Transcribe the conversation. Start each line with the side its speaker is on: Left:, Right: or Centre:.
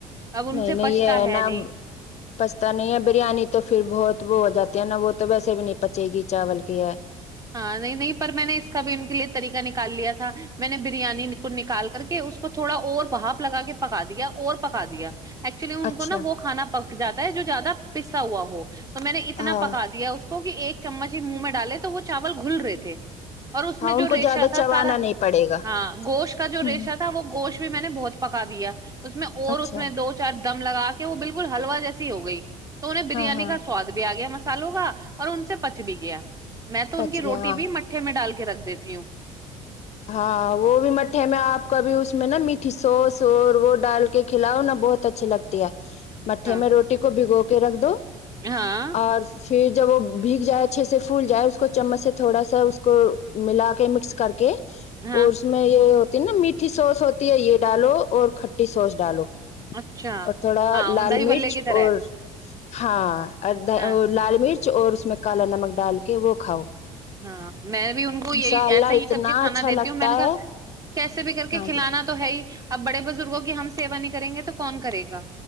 Right: اب ان
Left: نہیں
Right: سے
Left: نہیں
Right: پچھتا
Left: یہ
Right: ہے
Left: نا
Right: نہیں
Left: پچتا نہیں ہے بریانی تو پھر بہت وہ ہو جاتی ہے نا وہ تو ویسے بھی نہیں پچے گی چاول کی ہے
Right: ہاں نہیں نہیں پر میں نے اس کا بھی ان کے لیے طریقہ نکال لیا تھا میں نے بریانی نکال کر کے اس کو تھوڑا اور بھاپ لگا کے پکا دیا اور پکا دیا ایکچولی ان
Left: اچھا
Right: کو نا وہ کھا پک جاتا ہے جو زیادہ پسا ہوا ہو تو میں نے اتنا
Left: ہاں
Right: پکا دیا اس کہ ایک چمچ ہی منہ میں ڈالے تو وہ چاول گھل رہے تھے اور اس
Left: ہاں
Right: میں
Left: ان
Right: جو
Left: کو
Right: ریشا
Left: زیادہ
Right: تھا
Left: چوانا
Right: سارا
Left: نہیں پڑے گا
Right: ہاں گوشت کا جو
Left: ہوں
Right: ریشا تھا وہ گوشت بھی میں نے بہت پکا دیا اس میں اور
Left: اچھا
Right: اس میں دو چار دم لگا کے وہ بالکل ہلوا جیسی ہو گئی تو انہیں بریانی
Left: ہاں ہاں
Right: کا سواد بھی آ گیا م سال ہوگا اور ان سے پچ بھی گیا میں تو
Left: پچ
Right: ان کی
Left: گیا
Right: روٹی
Left: ہاں
Right: بھی مٹھے میں ڈال کے کے رکھ دیتی ہوں
Left: ہاں وہ بھی مٹھے میں آپ کا بھی اس میں نا میٹھی سوس اور وہ ڈال کے کھلاؤ نا بہت اچھی لگتی ہے مٹھے
Right: ہاں
Left: میں روٹی کو بھگو کے رکھ دو
Right: ہاں
Left: اور پھر جب وہ بھیگ جائے اچھے سے پھول جائے اس کو چمچ سے تھوڑا سا اس کو ملا کے مکس کر کے اور
Right: ہاں
Left: اس میں یہ ہو نا میٹھی سوس ہوتی ہے یہ ڈالو اور کھٹی سوس ڈالو
Right: اچھا
Left: اور تھوڑا
Right: ہاں
Left: لال
Right: وہ دہی
Left: مرچ
Right: بلے کی طرح
Left: اور
Right: ہے۔
Left: ہاں
Right: ہاں
Left: اور لال مرچ کچھ اور اس میں کالا نمک ڈال کے وہ کھاؤ
Right: ہاں میں بھی ان کو یہی
Left: انشاء اللہ
Right: ایسا ہی
Left: اتنا
Right: کر کے کھانا
Left: اچھا
Right: دیتی
Left: لگتا
Right: ہوں میں نے کہا
Left: ہے
Right: کیسے بھی کر کے
Left: ہاں
Right: کھلانا
Left: جی
Right: تو ہے ہی اب بڑے بزرگوں کی ہم سیا نہیں کریں گے تو کون کرے گا